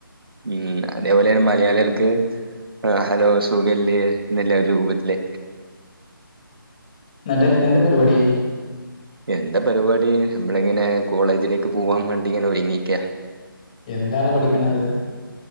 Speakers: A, on the right (about 80°); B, on the left (about 20°).
A: ഉം അതേപോലെ മലയാളികൾക്ക് ആ ഹലോ സുഖല്ലേ ന്ന്ല്ലേ ഒരു രൂപത്തിലേ
B: ന്നട്ട് എന്താ പരുപാടി
A: എന്താ പരിപാടി നമ്മളിങ്ങനെ കോളേജിലേക്ക് പോവാൻ വേണ്ടി ഇങ്ങനെ ഒരുങ്ങിക്ക
B: എന്താണ് പഠിക്കണത്?